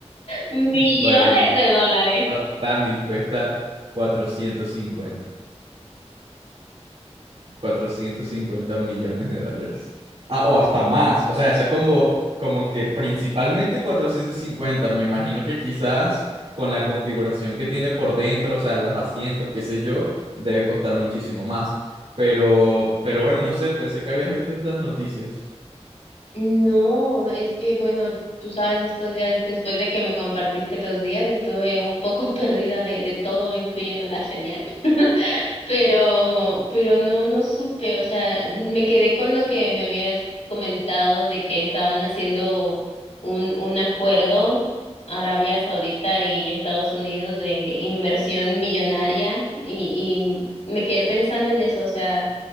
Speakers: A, on the left; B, on the right.
A: Millones
B: Bueno,
A: de dólares.
B: Da- Dani cuesta cuatrocientos cincuenta cuatrocientos cincuenta millones de dólares. Ah, o hasta más. O sea, eso es como, como que principalmente cuatrocientos cincuenta Me imagino que quizás con la configuración que tiene por dentro, o sea, los asientos, qué sé yo, debe costar muchísimo más. Pero, pero bueno, no sé, pensé que habías visto esas noticias.
A: No, es que bueno, tú sabes, estos días, después de que me compartiste los días, estuve un poco <laughs> perdida de, de todo, incluyendo la señal. pero, pero no, no supe, o sea, me quedé con lo que me habías comentado de que estaban haciendo un, un acuerdo Arabia Saudita y Estados Unidos de inversión millonaria y, y me quedé pensando en eso, o sea,